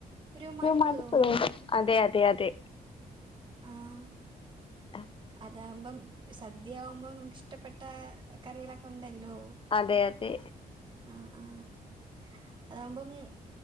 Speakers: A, on the right; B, on the left.
A: ഒരു മടിപ്പ്
B: മടുപ്പ്
A: തോന്നൂല്ലേ
B: തോന്നും അതെ അതെ അതെ
A: ആഹ്
B: ആഹ്
A: അതാവുമ്പം സദ്യയാവുമ്പോ നമുക്ക് ഇഷ്ടപ്പെട്ട കറികളൊക്കെ ഉണ്ടല്ലോ
B: അതെ അതെ
A: ആഹ് ആഹ് അതാവുമ്പം